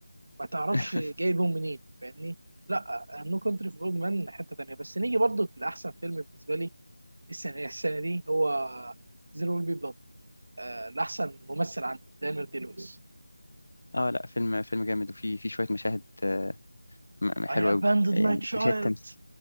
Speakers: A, on the right (about 55°); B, on the left (about 75°).
A: ما تعرفش
B: <laughs>
A: جايبهم منين فاهمني لا نو كونتري فور اولد مان حته تانيه بس نيجي برضو لاحسن فيلم بالنسبه لي السنه السنه دي هو زيرو ويل بي بلاد لاحسن ممثل عندي دانيال دي لويس
B: اه لا فيلم فيلم جامد وفي في شوية مشاهد آه، م- حلوة
A: I abandoned
B: قوي يعني
A: my child
B: مشاهد تمثيل